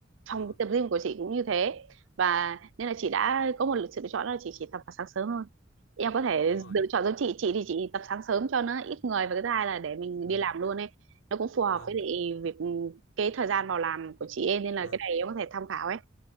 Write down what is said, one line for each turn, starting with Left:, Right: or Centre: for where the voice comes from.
Right: phòng
Left: đó
Right: tập gym của chị cũng như thế và nên là chị đã có một sự lựa chọn đó là chị chỉ tập vào sáng sớm thôi em có thể
Left: đúng rồi
Right: lựa chọn giống chị chị thì chị tập sáng sớm cho nó ít người và cái thứ hai là để mình
Left: vâng
Right: đi làm luôn ấy nó cũng phù hợp
Left: vâng
Right: với lại việc cái thời gian vào làm của chị ấy nên là
Left: vâng
Right: cái này em có thể tham khảo ấy